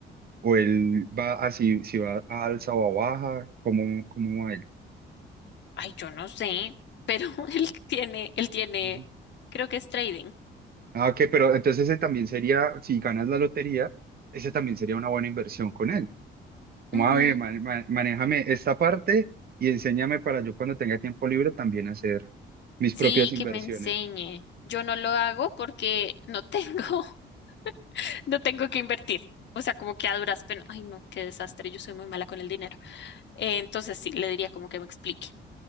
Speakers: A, on the right (about 50°); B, on the left (about 65°).
A: o él va así, si si va a alza o a baja, ¿cómo, cómo va él?
B: ay, yo no sé, pero <laughs> él tiene, él tiene,
A: Ujú.
B: creo que es trading.
A: Ah, ok, pero entonces ese también sería, si ganas la lotería, ese también sería una buena inversión con él. Como,
B: Ujú.
A: a ver, man- man- manéjame esta parte y enséñame para yo cuando tenga tiempo libre también hacer mis
B: Sí,
A: propias inversiones.
B: que me enseñe. Yo no lo hago porque no tengo, <laughs> No tengo que invertir. O sea, como que a duras penas. Ay, no, qué desastre. Yo soy muy mala con el dinero. Eh, entonces sí, le diría como que me explique.